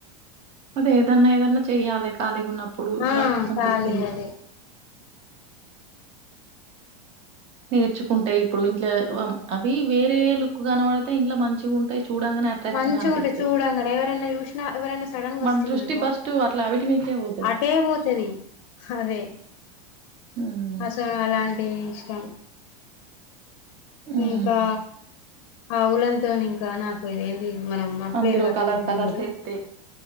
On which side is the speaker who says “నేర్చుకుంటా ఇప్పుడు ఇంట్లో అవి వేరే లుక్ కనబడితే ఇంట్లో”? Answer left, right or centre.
Right